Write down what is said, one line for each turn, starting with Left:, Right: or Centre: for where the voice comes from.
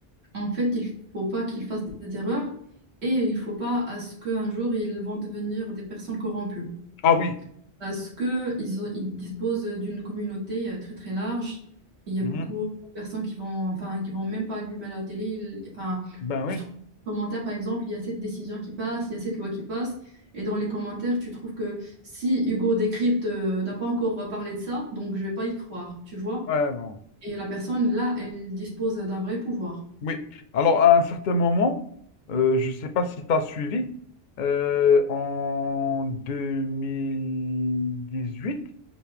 Right: en fait, il faut pas qu'ils fassent des erreurs et il faut pas à ce qu'un jour ils vont devenir des personnes corrompues
Left: Ah oui.
Right: parce que ils, ont- ils disposent d'une communauté euh, très très large. Il y
Left: Mhm.
Right: a beaucoup de personnes qui vont, enfin, qui vont même pas allumer la télé. Ils- enfin,
Left: Ben oui.
Right: tu trouves dans les commentaires par exemple, il y a cette décision qui passe, il y a cette loi qui passe et dans les commentaires tu trouves que si Hugo Décrypte euh, n'a pas encore parlé de ça, donc je vais pas y croire, tu vois?
Left: Ouais, bon.
Right: Et la personne là, elle dispose d'un vrai pouvoir.
Left: Oui. Alors, à un certain moment, euh, je ne sais pas si tu as suivi, euh, en 2018,